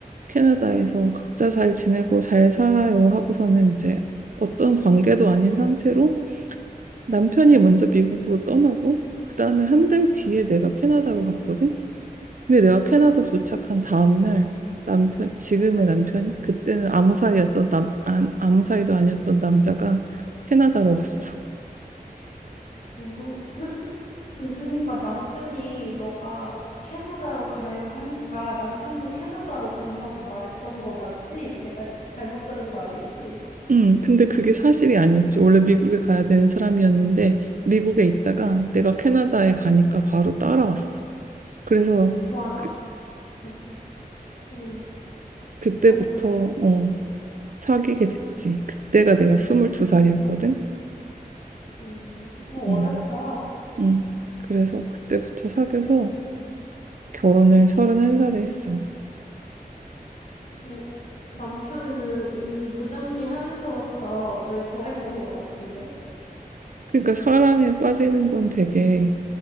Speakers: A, on the right; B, on the left.
A: 캐나다에서 각자 잘 지내고 잘 살아요 하고서는 이제 어떤 관계도 아닌 상태로 남편이 먼저 미국으로 떠나고 그다음에 한 달 뒤에 내가 캐나다로 갔거든. 근데 내가 캐나다 도착한 다음날 남편, 지금의 남편, 그때는 아무 사이였던 남, 안, 아무 사이도 아니었던 남자가 캐나다로 왔어.
B: 어, 음 그니까 남편이 "너가 캐나다로 가요." 하니까 남편도 "캐나다로 간다."고 말했던 거 맞지? 내가 잘못 들은 거 아니지?
A: 음, 근데 그게 사실이 아니었지. 원래 미국에 가야 되는 사람이었는데 미국에 있다가 내가 캐나다에 가니까 바로 따라왔어. 그래서
B: 와
A: 그,
B: 대박. 음
A: 그때부터
B: 그래서
A: 어, 사귀게 됐지. 그때가 내가 22살이었거든.
B: 음 어
A: 음,
B: 어렵다.
A: 음. 그래서 그때부터 사귀어서 결혼을 31살에 했어.
B: 음 남편은 이미 무전기 하면서부터 널 좋아했던 것 같은데?
A: 그러니까 사랑에 빠지는 건 되게